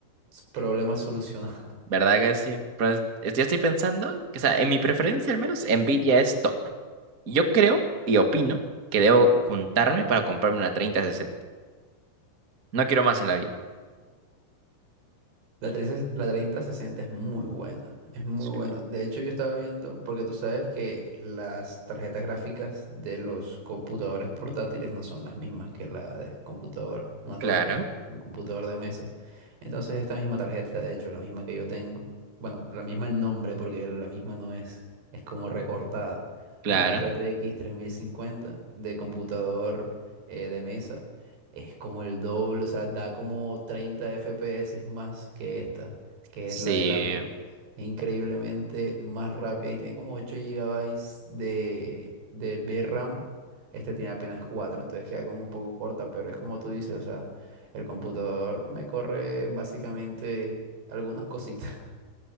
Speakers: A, on the right (about 75°); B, on the right (about 40°).
A: s- problema solucionado.
B: ¿verdad que sí? Pues, es- yo estoy pensando que, o sea, en mi preferencia al menos, Nvidia es top. Yo creo y opino que debo juntarme para comprarme una treinta sesenta No quiero más en la vida.
A: La 30, la 3060 es muy buena, es muy
B: Sí.
A: buena. De hecho, yo estaba viendo, porque tú sabes que las tarjetas gráficas de los computadores portátiles no son las mismas que la de computador, una torre,
B: Claro,
A: un computador de mesa. Entonces, esta misma tarjeta, de hecho, la misma que yo tengo, bueno, la misma en nombre, porque la misma no es, es como recortada.
B: claro.
A: La RTX 3050 de computador eh, de mesa es como el doble, o sea, da como 30 FPS más que esta, que
B: Sí.
A: es la de laptop. Es increíblemente más rápida y tiene como 8 gigabytes de, de VRAM. Este tiene apenas 4 entonces queda como un poco corta, pero es como tú dices, o sea, el computador me corre básicamente algunas cositas. <laughs>